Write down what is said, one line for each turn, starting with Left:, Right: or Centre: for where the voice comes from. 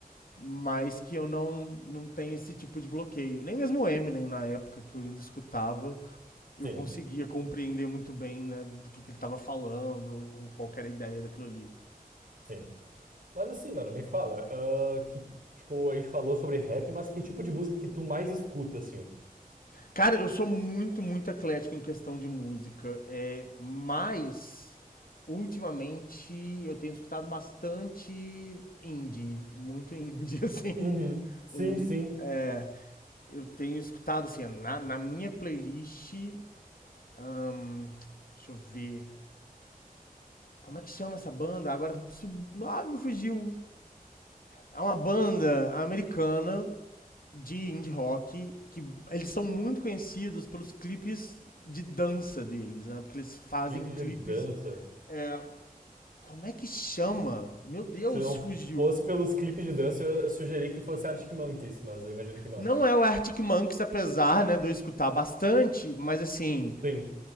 Left: mas que eu não, não tenho esse tipo de bloqueio. Nem mesmo o Eminem, na época que eu ainda escutava, eu
Right: sim,
Left: conseguia compreender muito bem né, do que, que ele estava falando, ou qual que era a ideia daquilo ali.
Right: sim. Mas assim, mano, me fala, ah, que, tipo, a gente falou sobre rap, mas que tipo de música que tu mais escuta, assim?
Left: Cara, eu sou muito, muito eclético em questão de música, é, mas ultimamente eu tenho escutado bastante indie, muito indie, <laughs> assim.
Right: Uhum. Sim,
Left: O indie.
Right: sim.
Left: É, eu tenho escutado, assim, na, na minha playlist Ahn, deixa eu ver. Como é que chama essa banda? Agora sub... ah, me fugiu. É uma banda americana de indie rock que eles são muito conhecidos pelos clipes de dança deles, né? Porque eles fazem
Right: Clipe de
Left: clipes.
Right: dança.
Left: é, Como é que chama? Meu Deus,
Right: Se não
Left: fugiu.
Right: fosse pelos clipes de dança, eu, eu sugeri que fosse Arctic Monkeys, mas eu imagino que não.
Left: Não é o Arctic Monkeys, apesar, né, de eu escutar bastante, mas assim,
Right: Sim.